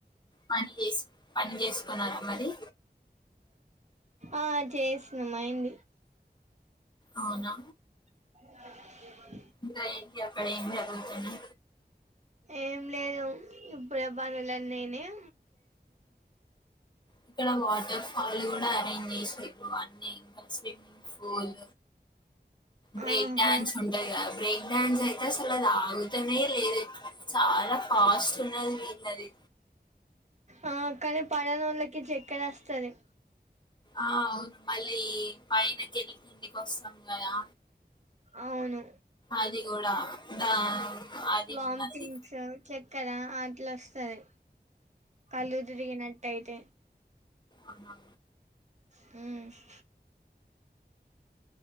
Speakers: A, on the left; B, on the right.
A: పని చేసి పని చేసి కొన్నారా మరి
B: ఆ చేసినం అయింది
A: అవునా
B: <inaudible>
A: ఇంగా ఏంటి అక్కడ ఏం జరుగుతుంది
B: ఏం లేదు ఇప్పుడే పనులన్ని అయినాయి
A: ఇక్కడ వాటర్ ఫాలూ ఇంక ఆరెంజ్ చేసిన్రు అన్ని స్విమ్మింగ్ ఫూల్ బ్రేక్
B: ఆహా
A: డాన్స్ ఉంటాయి గా బ్రేక్ డాన్స్ అయితే అసలు అది ఆగుతనే లేదు చాలా ఫాస్ట్ ఉన్నది వీళ్ళది
B: ఆ కానీ పడనోళ్ళకి చక్కెర వస్తది
A: ఆ అవును మళ్ళీ పైన కెళ్ళి కిందికి వస్తం గదా
B: అవును
A: అదిగూడ దా అది
B: వామ్టింగ్సు,
A: ఉన్నది
B: చక్కెర ఆ ఇట్లా వస్తది కళ్ళు తిరిగినట్ అయితే
A: అహా
B: హ్మ్